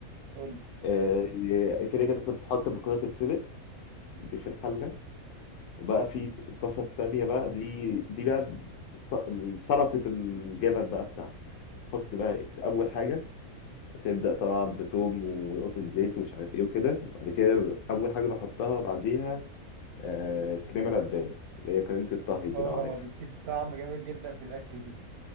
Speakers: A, on the right; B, on the left.
A: قول لي
B: آه، كده كده انت بتحط المكرونه تتسلق دي في الحله وبقى في الطاسه التانيه بقى دي دي بقى الص- سلطه الجبن بقى بتاعتك تحط بقى اول حاجه تبدأ طبعا بتوم ونقطة زيت ومش عارف ايه وكده وبعد كده أول حاجة بحطها بعديها آه كريمة لبان اللي هي كريمة الطهي دي
A: اه
B: لو عارفها
A: دي بتدي طعم جامد جدا في الاكل دي